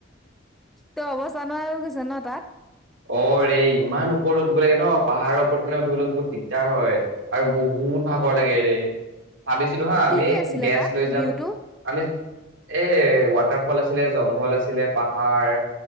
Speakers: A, in the centre; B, on the right.
A: তই অৱস্থা ন হৈ গৈছে তাত।
B: অ ৰে ইমান ওপৰলৈ উঠিব লাগে ন পাহাৰৰ ওপৰত মানে উঠিবলৈ বহুত দিগদাৰ হয় আৰু বহুত ভাগৰ লাগে ৰে। ভাবিছিলো হা
A: কি
B: আমি
A: কি আছিলে
B: গেছ
A: তাত
B: লৈ যাম
A: ভিউটো
B: আমি। এ ৱাটাৰ ফল আছিলে জংঘল আছিলে পাহাৰ